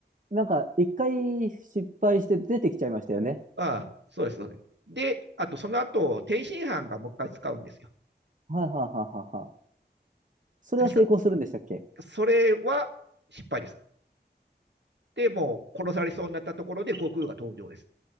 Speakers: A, on the right (about 45°); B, on the right (about 75°).
A: なんか、一回失敗して出てきちゃいましたよね。
B: ああ、そうです、そうです。で、あとその後、天津飯がもう一回使うんですよ。
A: はい、はい、はい、はい。はいそれは成功するんでしたっけ
B: 確か。それは失敗です。で、もう殺されそうになったところで悟空が登場です。